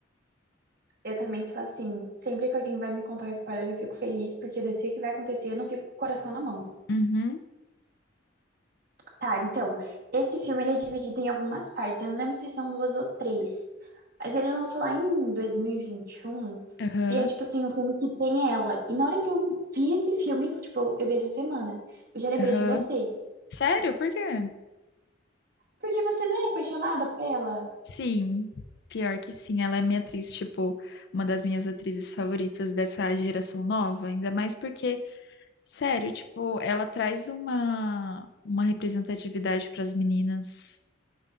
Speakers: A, on the right (about 55°); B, on the left (about 60°).
A: eu também sou assim. Sempre que alguém vai me contar um spoiler, eu fico feliz, porque eu sei o que vai acontecer, eu não fico com o coração na mão.
B: Uhum.
A: Tá, então, esse filme ele é dividido em algumas partes. Eu não lembro se são duas ou três. Mas ele lançou lá em 2021. E vinte e um.
B: Aham,
A: E é tipo assim, um filme que tem ela. E na hora que eu vi esse filme, tipo, eu vi essa semana, eu já lembrei
B: aham.
A: de você.
B: Sério? Por quê?
A: Porque você não era apaixonada por ela?
B: Sim, pior que sim. Ela é minha atriz, tipo, uma das minhas atrizes favoritas dessa geração nova. Ainda mais porque, sério, tipo, ela traz uma, uma representatividade para as meninas